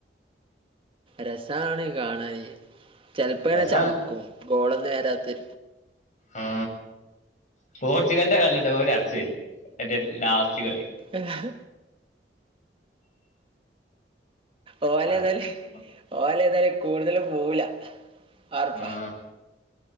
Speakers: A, on the right (about 30°); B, on the left (about 45°).
A: രസാണ് കാണാന് ചെലപ്പോ ഇങ്ങനെ
B: രസാണ്
A: ചടക്കും ഗോള നേരാത്ത്
B: ആ സ്പോർച്ചുഗല്ന്റെ കളി കണ്ടപ്പോ ചട്ചോയിച്ചേ മറ്റേ ലാസ്റ്റ് കളി
A: ഏ ഹ് ഓല
B: ആ
A: ഏതല് ഓല ഏതായാലും കൂടുതലും പോവൂല ഉർപ്പ
B: ആഹ്